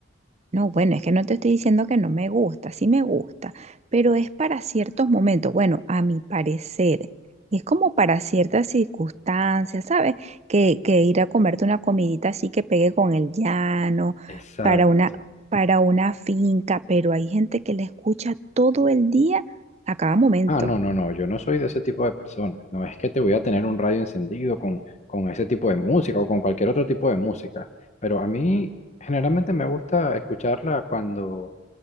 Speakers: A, on the right (about 35°); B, on the left (about 35°).
A: No, bueno, es que no te estoy diciendo que no me gusta, sí me gusta, pero es para ciertos momentos, bueno, a mi parecer, es como para ciertas circunstancias, ¿sabes? Que, que ir a comerte una comidita así que pegue con el llano,
B: Exacto.
A: para una, para una finca, pero hay gente que la escucha todo el día a cada momento.
B: Ah, no, no, no, yo no soy de ese tipo de personas. No es que te voy a tener un radio encendido con, con ese tipo de música o con cualquier otro tipo de música, pero a mí generalmente me gusta escucharla cuando